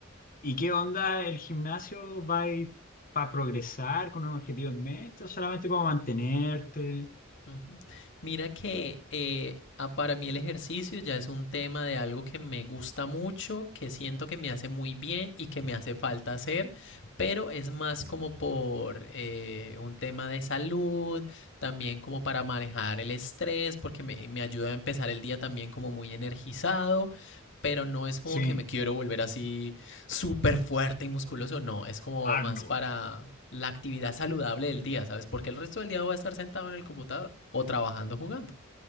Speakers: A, on the left (about 45°); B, on the left (about 65°).
A: y qué onda el gimnasio? ¿Va para progresar con un objetivo en mente o solamente para mantenerte?
B: Ujú. Mira que eh, ah, para mí el ejercicio ya es un tema de algo que me gusta mucho, que siento que me hace muy bien y que me hace falta hacer, pero es más como por eh, un tema de salud, también como para manejar el estrés, porque me, me ayuda a empezar el día también como muy energizado, pero no es como
A: Sí,
B: que me quiero volver así súper fuerte y musculoso, no, es como
A: Arnold.
B: más para la actividad saludable del día, ¿sabes? Porque el resto del día voy a estar sentado en el computador o trabajando, jugando.